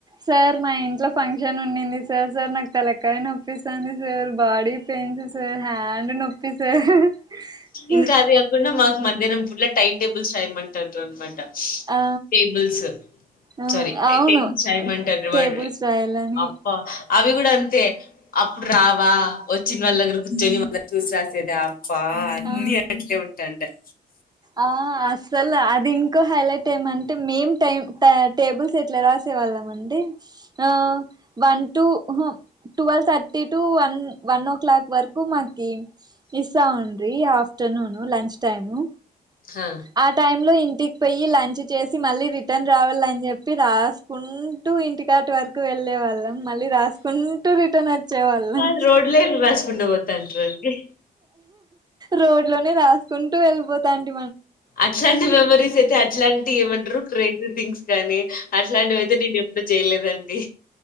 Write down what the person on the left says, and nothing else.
ఇంకా అది కాకుండా మాకు మధ్యాహ్నం పూట టైమ్ టేబుల్స్ రాయమంటారు అన్నమాట
టేబుల్స్
సారీ
టేబుల్స్ రాయమంటారు
<inaudible>
అప్ప అవి కూడా అంతే అప్పుడు రావా, వచ్చిన వాళ్ళ దగ్గర కూర్చొని వాళ్ళ చూసి రాసేదా బ అన్ని
అట్లే ఉంటాండ అ
హా
వాళ్ళు రోడ్లే రాసుకుంట పోతాంటారు అండి
అట్లాంటి మెమరీస్ అయితే అట్లాంటివి ఏమంటారు క్రేజీ థింగ్స్ కానీ అట్లాంటివి అయితే నేను ఎప్పుడు చేయలేదండి.